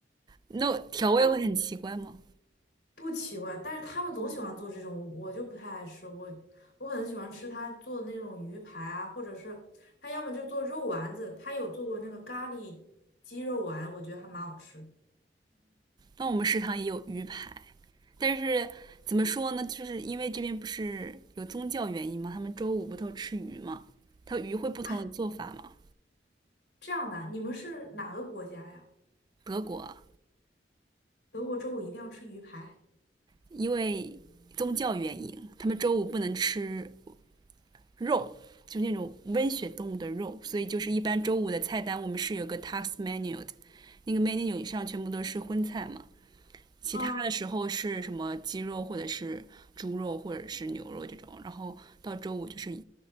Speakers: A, on the right (about 25°); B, on the left (about 80°).
A: 那调味会很奇怪吗？
B: 这不奇怪，但是他们总喜欢做这种，我就不太爱吃。我我可能喜欢吃他做的那种鱼排啊，或者是他要么就做肉丸子，他有做过那个咖喱鸡肉丸，我觉得还蛮好吃。
A: 那我们食堂也有鱼排，但是怎么说呢？就是因为这边不是有宗教原因嘛，他们周五不都吃鱼嘛，它鱼会不同的做法嘛。
B: 啊，这样的，你们是哪个国家呀？
A: 德国
B: 德国周五一定要吃鱼排？
A: 因为宗教原因，他们周五不能吃肉，就那种温血动物的肉，所以就是一般周五的菜单我们是有个 tax menu 的，那个 menu 以上全部都是荤菜嘛。其他的时候是什么鸡肉或者是猪肉或者是牛肉这种，
B: 嗯。
A: 然后到周五就是